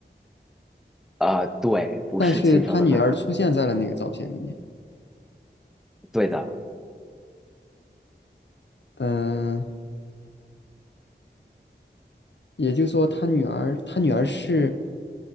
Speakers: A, in the centre; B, on the left (about 70°).
A: 呃，对，不是亲生的妈妈，
B: 但是她女儿出现在了那个照片里面。
A: 对的。
B: 嗯，也就是说，她女儿她女儿是。